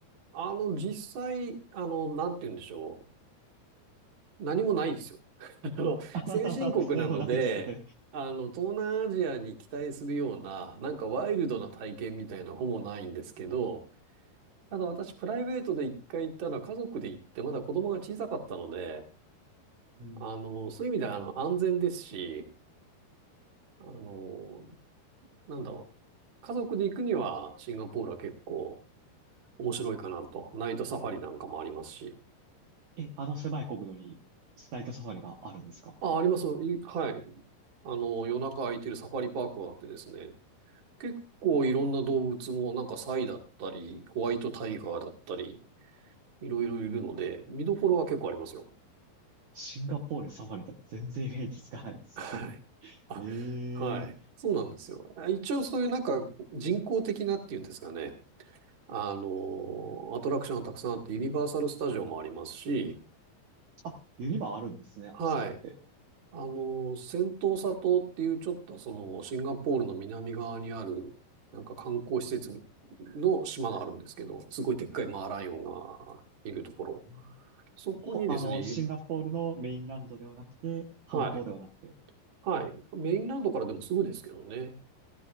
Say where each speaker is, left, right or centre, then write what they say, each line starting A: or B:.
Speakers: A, on the right; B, on the right.
A: あの、実際、あの、なんて言うんでしょう。何もないですよ。<laughs> あの、
B: <laughs>
A: 先進国なので、
B: 何もないですね。
A: あの、東南アジアに期待するような、なんかワイルドな体験みたいなほぼないんですけど、ただ私、プライベートで一回行ったのは家族で行って、まだ子供が小さかったので、
B: うん。
A: あの、そういう意味では、あの、安全ですし、あの、なんだろう。家族で行くには、シンガポールは結構面白いかなと。ナイトサファリなんかもありますし。
B: え、あの狭い国土にスナイトサファリがあるんですか
A: あ、あります。いはい。あの、夜中空いてるサファリパークがあってですね。結構いろんな動物もなんかサイだったり、ホワイトタイガーだったり、いろいろいるので、見どころは結構ありますよ。
B: シンガポールサファリって全然イメージつかないですね。
A: はい。
B: <laughs>
A: あ、
B: ええ
A: はい。そうなんですよ。あ一応そういうなんか人工的なっていうんですかね。あの、アトラクションがたくさんあって、ユニバーサルスタジオもありますし、
B: あ、ユニバあるんですね、
A: はい。
B: あそこって。
A: あの、セントーサ島っていうちょっとそのシンガポールの南側にあるなんか観光施設の島があるんですけど、すごいでっかいマーライオンがいるところ。
B: うん
A: そこにですね、
B: ほ、あの、シンガポールのメインランドではなくて、
A: いはい、
B: 本当ではなくて。
A: はい。メインランドからでもすぐですけどね。